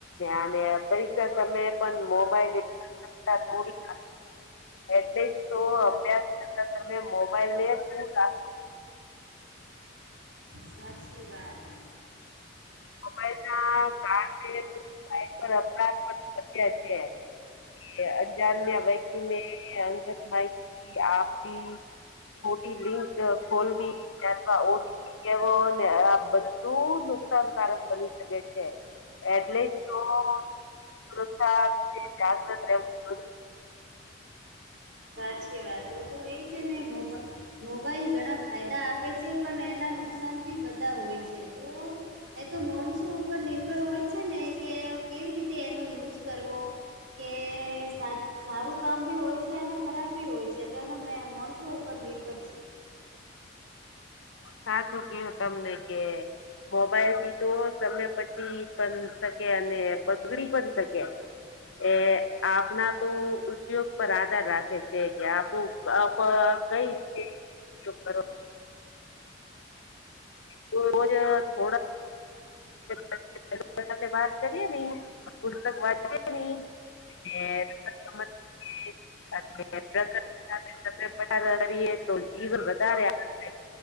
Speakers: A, on the left (about 85°); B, on the right (about 70°).
A: અને પરીક્ષા સમયે પણ મોબાઈલ <unintelligible> થોડી એટલે જ તો અભ્યાસ કરતા તમે મોબાઈલ ને દુર રાખો.
B: સાચી વાત.
A: મોબાઈલ ના કારણેઈ અપરાધ પણ વધ્યા છે. એ અજાણ્યા વ્યક્તિને અંગત માહિતી આપી મોટી લિંક ખોલવી <unintelligible> ઓટીપી કેવો ને આ બધું નુકસાનકારક બની શકે છે એટલીસ્ટ તો ઓ સુરક્ષા કે જાગ્રત રહેવું જરૂ
B: સાચી વાત તો તો એય છે ને મોબા મોબાઈલ ઘણા ફાયદા આપે છે પણ એના નુકસાન બી બધા હોય છે તો એ તો મોણસો ઉપર નિર્ભર હોય છે ને કે કેવી રીતે એનો યુઝ કરવો. કે સા સારું કામ બી હોય છે અને ખરાબી હોય છે તો એના મે મોણસો ઉપર નિર્ભર છે.
A: સાચું કયું તમને કે મોબાઈલ થી તો સમય બચી પણ શકે અને બગડી પણ શકે એ આપના તો ઉપયોગ પર આધાર રાખે છે કે આપો આપ કઈ રિતે ઉપયોગ કરો તોજ થોડા <inaudible> સાથે વાત કરીએ ની પુસ્તક વાચએને એ <unintelligible> અને પ્રકૃતિ સાથે સમય પસાર કરીએ <unintelligible> તો જીવન વધારે આનંદમય